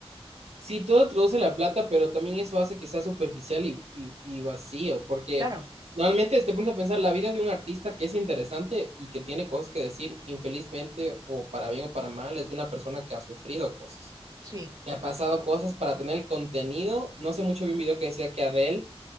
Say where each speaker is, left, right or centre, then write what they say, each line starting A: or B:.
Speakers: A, on the right (about 80°); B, on the right (about 40°).
A: Sí, todo produce la plata, pero también eso hace que sea superficial y, y- y vacío, porque
B: Claro,
A: normalmente te pones a pensar la vida de un artista que es interesante y que tiene cosas que decir, infelizmente o para bien o para mal, es de una persona que ha sufrido cosas.
B: sí,
A: que
B: total.
A: ha pasado cosas para tener el contenido. No sé mucho, vi un video que decía que Adele